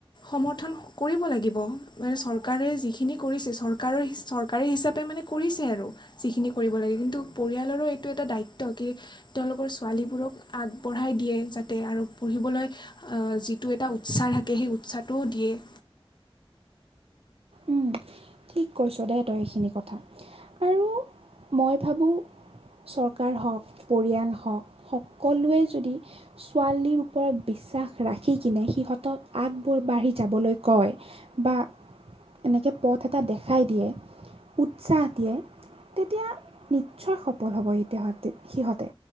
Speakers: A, on the left (about 50°); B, on the right (about 80°).
A: সমৰ্থন কৰিব লাগিব। মানে চৰকাৰে যিখিনি কৰিছে চৰকাৰৰ চৰকাৰী হিচাপে মানে মানে কৰিছে আৰু যিখিনি কৰিব লাগে। কিন্তু পৰিয়ালৰো এইটো এটা দায়িত্ব কি তেওঁলোকৰ ছোৱালীবোৰক আগবঢ়াই দিয়ে যাতে আৰু পঢ়িবলৈ অ', যিটো এটা উৎসাহ থাকে সেই উৎসাহটোও দিয়ে। <inaudible>
B: উম, ঠিক কৈছ দেই তই এইখিনি কথা আৰু মই ভাবোঁ চৰকাৰ হওঁক, পৰিয়াল হওঁক সকলোৱে যদি ছোৱালীৰ ওপৰত বিশ্বাস ৰাখি কিনে সিহঁতক আগবোৰ বাঢ়ি যাবলৈ কয় বা এনেকে পথ এটা দেখাই দিয়ে, উৎসাহ দিয়ে তেতিয়া নিশ্চয় সফল হ'ব তাহতে সিহঁতে